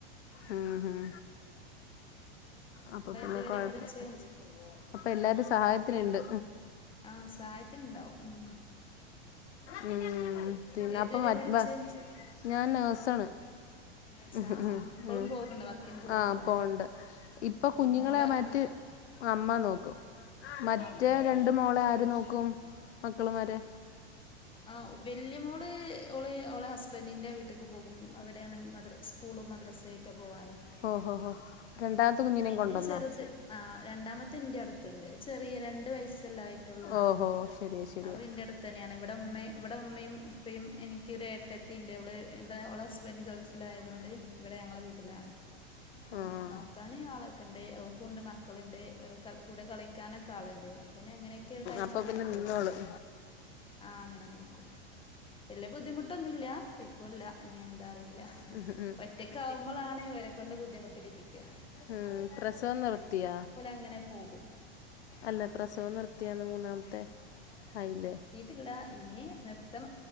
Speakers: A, on the left (about 85°); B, on the left (about 15°).
A: ഉം ഉം അപ്പൊ പിന്നെ
B: ഏതുവരെ
A: കൊഴപ്പം
B: പഠിച്ച്
A: അപ്പൊ എല്ലാരും സഹായത്തിനുണ്ട്
B: ആഹ് സഹായത്തിനുണ്ടാവും ഉം
A: ഉം പിന്നെ
B: ഏതുവരെ
A: അപ്പ
B: പഠിച്ച്
A: ഞാൻ നേഴ്സണ്
B: നേഴ്സാ
A: ഉം
B: ആഹ് ഇപ്പളും പോക്ണ്ടോ വർക്കിന് പോക്ണ്ടോ
A: ആപ്പണ്ട് ഇപ്പൊ
B: മോ
A: കുഞ്ഞുങ്ങളെ
B: മോളെ
A: മറ്റ അമ്മ നോക്കി എ <unintelligible> മറ്റേ
B: അമ്മ നോക്കുവോ
A: രണ്ട് മോളെ ആര് നോക്കി ക്കും മക്കളമാരെ
B: ആ വല്യ മോള് ഓള് അവഓളെ ഹസ്ബൻഡിന്റെറെ വീട്ടിലക്ക് പോകും അവിടെയാണ് മദ സ്കൂള മദ്രസയൊക്കെ പോവാന്
A: ഹോ ഹോ ഹോ രണ്ടാമത്തെ കുഞ്ഞിനേം
B: പിന്നെ
A: കൊണ്ടോന്നോ
B: ചെറുത്
A: ആഹ്
B: ആ രണ്ടാമത്തെ എന്റെ അടുത്തുണ്ട് ചെറിയ രണ്ട് വയസ്സ് ല്ലേയിട്ടുള്ളൂ
A: ഓഹോ ശരിയാ ശരിയാ
B: അ എന്റെ അടുത്ത് തന്നെയാണ് ഇവിടെ ഉമ്മെ ഇവിടെ ഉമ്മയും ഉപ്പയും എനിക്കൊരേ ട്ടെത്തീണ്ട് ഇവിടെ ഇവിടെ ഓളസ് സ്ബൻഡ് ഗൾഫിലായിരുന്നു അതുകൊണ്ട്
A: അവള്
B: ഇവിടെ ഞങ്ങളെ വീട്ടിലാണ് ഇപ്പം
A: ആഹ്
B: നോ ആളൊക്കെണ്ട് അവർക്കൊണ്ട് മക്കളിണ്ട് ഓരെ കൂടെ കളിക്കാനൊക്കെ ആളിണ്ട് അത് പിന്നെ എങ്ങനെയൊക്കെ ഒരു ടൈം
A: അപ്പൊ
B: അങ്ങനെ
A: പിന്നെ
B: പോകും
A: നിന്നോളും
B: ആ അങ്ങനെ നക്ക വല്യ ബുദ്ധിമുട്ടൊന്നും ഇല്ല ഇപ്പൊല്ല ഞാ എന്താറയാ ല്ല
A: ഉം ഉം ഒറ്റക്കായിട്ടാണ്
B: ഒറ്റക്കാവുമ്പോളാണെ ഇവരെക്കൊണ്ട് ബുദ്ധിമുട്ട് ഇടിപ്പിക്ക്യ
A: ഉം പ്രസവം നിർത്തിയ
B: അങ്ങനെ പോകും
A: അല്ല പ്രസവം നിർത്തിയാന്ന് മൂന്നാമത്തെ ആയില്ലേ
B: നിർത്തിയിട്ടില്ല ഇനി നിർ ത്തം